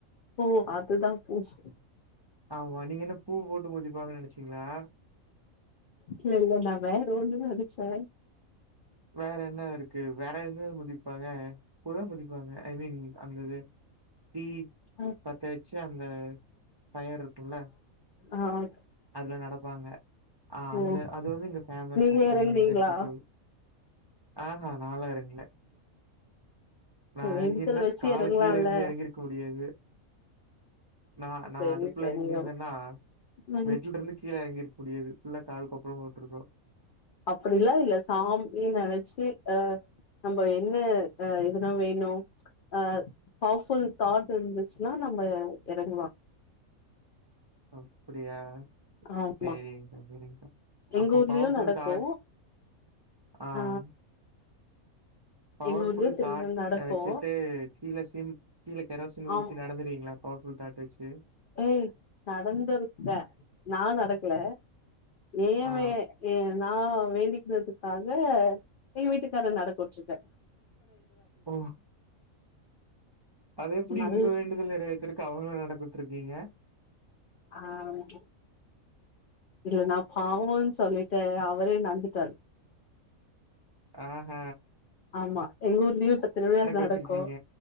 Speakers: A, on the left; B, on the right.
A: ஓ அது தான் பூசு
B: ஆமா நீங்க என்ன பூ போட்டு மிதிப்பாங்கன்னு நினைச்சீங்களா
A: இல்ல இல்ல நா வேற ஒன்னு நெனச்சே
B: வேற என்ன இருக்கு வேற என்ன மிதிப்பாங்க இப்பதா மிதிப்பாங்க ஐ மீன் அந்தது தீ
A: ஆ
B: பத்த சந்த ஃபயர் இருக்கும்ல
A: ஆஹ்
B: அதுலாம் நடப்பாங்க ஆஹ் அந்த
A: ம்
B: அது வந்து இங்க ஃபேமஸ்
A: நீங்க எறங்குனீங்களா
B: இங்க இருக்க கோய ஆஹஹா நாலா இறங்க ல நா
A: வேண்டுதல்
B: இறங்கியிருந்தேன்
A: வச்சு
B: கால
A: எறங்கலால்ல
B: கீழே இருந்து இறங்கிருக்க முடியாது நா நா
A: சரி
B: அதுக்குள்ள
A: சரி
B: இறங்கியிருந்தேன்னா
A: ஓ ம்
B: வெட்டல இருந்து கீழ எறங்கிருக் முடியாது ஃபுல்லா கால் கொப்பளம் போட்டிருக்கோம்
A: அப்படிலா இல்ல சாமி நெனைச்சி அ நம்ம என்ன அ இதுதா வேணு அ பவர் ஃபுல் தாட் இருந்துச்சுன்னா நம்ம எறங்கலா
B: அப்டியா
A: ஆமா
B: செரிங்க்கா செரிங்க்கா
A: எங்க
B: அப்போ
A: ஊர்லயு
B: பவர்ஃபுல்
A: நடக்கு
B: தாட் ஆஹ்
A: ஆ
B: பவர்புல்
A: எங்க ஊர்லயு திருவிழா
B: தாட்
A: நடக்கு
B: வச்சுட்டு கீழ சிம் கீழ கெரோசின்
A: ஆம்
B: ஊத்தி நடந்துருங்களா அப்போ உ தாட்டாச்சு
A: ஏய் நடந்துருக்கே நா நடக்கல ஏவே
B: ஆ.
A: ஏ ஆ வேண்டிக்றதுக்காக எ வீட்டுக்கார நடக்கவுட்ருக்கே
B: ஓ அது எப்டி
A: நல்
B: உங்க வேண்டுதல் நெறவேத்துறக் அவுங்கள நடக்கவிட்றுகிங்க
A: ஆஹ் ச் இல்ல நா பாவோன்னு சொல்லிட்டு அவரே நந்து டார்
B: ஆஹ் ஹ
A: ஆமா எங்க ஊர்லயு இப்ப திருவிழா நடக்கு
B: வச்சிருக்கீங்க.